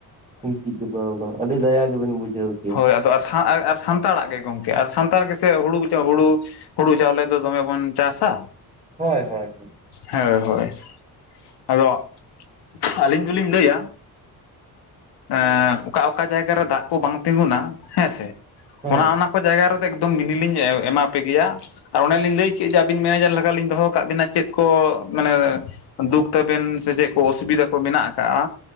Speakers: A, on the right (about 20°); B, on the left (about 85°).
A: ᱜᱤᱛᱤᱡ ᱪᱟᱵᱟᱣ ᱟᱠᱟᱱᱟ, ᱟᱹᱰᱤ ᱫᱟᱭᱟ ᱜᱮᱵᱮᱱ ᱵᱩᱡᱷᱟᱹᱣ ᱠᱮᱭᱟ
B: ᱦᱳᱭ
A: ᱾
B: ᱟᱫᱚ ᱟᱨ ᱥᱟᱶ ᱮ ᱯ ᱥᱟᱱᱛᱟᱲᱟᱜ ᱜᱮ ᱜᱚᱝᱠᱮ, ᱟᱨ ᱥᱟᱱᱛᱟᱲ ᱜᱮᱥᱮ ᱦᱩᱲᱩ ᱜᱚᱪᱚ ᱦᱩᱲᱩ ᱦᱩᱲᱩ ᱪᱟᱣᱞᱮ ᱫᱚ ᱫᱚᱢᱮ ᱵᱚᱱ ᱪᱟᱥᱟ᱾
A: ᱦᱳᱭ ᱦᱳᱭ ᱾
B: ᱦᱳᱭ ᱦᱳᱭ᱾ ᱟᱫᱚ ᱟᱹᱞᱤᱧ ᱫᱚᱞᱤᱧ ᱞᱟᱹᱭᱟ ᱮᱸ ᱚᱠᱟ ᱚᱠᱟ ᱡᱟᱭᱜᱟ ᱨᱮ ᱫᱟᱜ ᱠᱚ ᱵᱟᱝ ᱛᱤᱸᱜᱩᱱᱟ ᱦᱮᱸᱥᱮ
A: ᱦᱮᱸ
B: ᱚᱱᱟ ᱚᱱᱟ ᱠᱚ ᱡᱟᱭᱜᱟ ᱨᱮᱫᱚ ᱮᱠᱫᱚᱢ ᱢᱤᱱᱤᱞᱤᱧ ᱮᱢᱟ ᱯᱮ ᱠᱮᱭᱟ᱾ ᱟᱨ ᱚᱱᱮᱞᱤᱧ ᱞᱟᱹᱭ ᱠᱮᱫ ᱡᱮ ᱟᱹᱵᱤᱱ ᱢᱮᱱᱮᱡᱟᱨ ᱞᱮᱠᱟ ᱞᱤᱧ ᱫᱚᱦᱚ ᱠᱟᱜ ᱵᱤᱱᱟ ᱪᱮᱫ ᱠᱚ ᱢᱟᱱᱮ ᱫᱩᱠ ᱛᱟᱵᱮᱱ ᱥᱮ ᱪᱮᱫ ᱠᱚ ᱚᱥᱩᱵᱤᱫᱟ ᱠᱚ ᱢᱮᱱᱟᱜ ᱟᱠᱟᱜᱼᱟ?